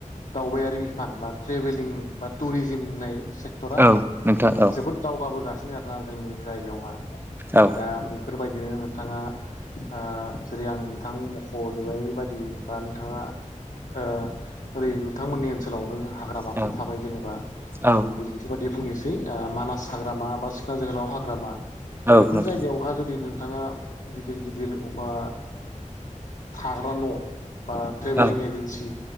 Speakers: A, on the left; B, on the right.
A: दावबायारि बिफान बा ट्रेभेलिं बा टुरिजिम होननाय सेक्टरा
B: औ नोंथां औ
A: जोबोद दावगाबोगासिनो आरोना जोंनि जायगायावहा
B: औ
A: दा बेफोरबायदिनो नोंथाङा आ जेरै आं नोंथां मख'नो बादि बा नोंथाङा ओ ओरै नोंथांमोननि ओनसोलावनो हाग्रामाफोर
B: औ
A: थाबाय जेनेबा
B: औ
A: आं बिदिन्थि बायदि बुंनोसै मानास हाग्रामा बा सिखोना जोहोलाव हाग्रामा
B: औ
A: बेैफोर
B: नोंथां
A: जायगायावहा जुदि नों नोंथाङा गिदिर गिदिर वबा थाग्रा न' बा ट्रेभेलिं
B: औ
A: एजेन्सि